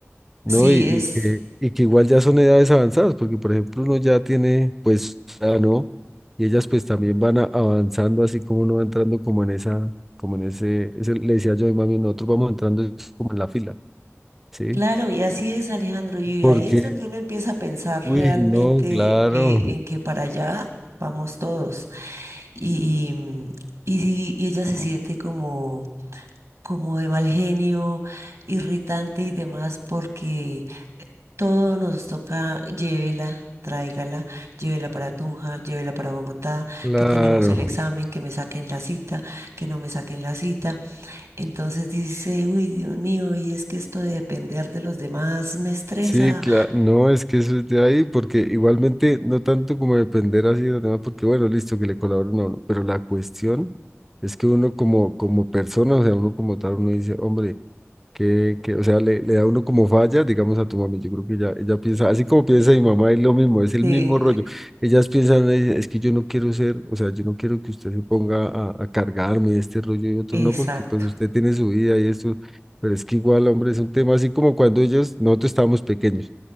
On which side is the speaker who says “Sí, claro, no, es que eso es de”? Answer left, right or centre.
Centre